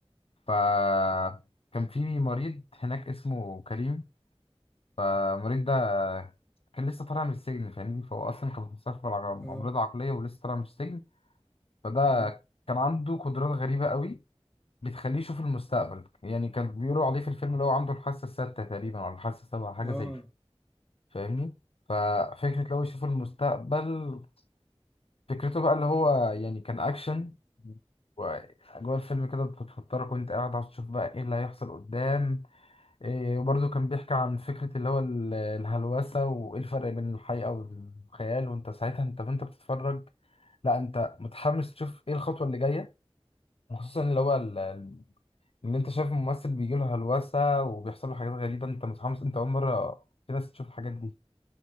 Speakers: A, on the left (about 65°); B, in the centre.
A: فكان في مريض هناك اسمه كريم المريض ده كان لسه طالع من السجن فاهمني فهو اصلا كان في مستشفى الع- امراض
B: اه
A: عقليه ولسه طالع من السجن فده
B: اه
A: كان عنده قدرات غريبة قوي بتخليه يشوف المستقبل يعني كان بيقولوا عليه في الفيلم اللي هو عنده الحاسة الستة تقريبا أو الحاسة السابعة حاجة
B: اه
A: زي كده فاهمني ففكرة لو يشوف المستقبل فكرته بقى اللي هو يعني كان أكشن وأجواء الفيلم كده بتفطرك وأنت قاعد عشان تشوف بقى إيه اللي هيحصل قدام إيه وبرضه كان بيحكي عن فكرة اللي هو ال- الهلوسة وإيه الفرق بين الحقيقة والخيال وأنت ساعتها أنت وأنت بتتفرج لا أنت متحمس تشوف إيه الخطوة اللي جاية وخصوصا اللي هو ال- ال- ان انت شايف ممثل بيجي له هلوسه وبيحصل له حاجات غريبه انت متحمس انت اول مره في ناس تشوف الحاجات دي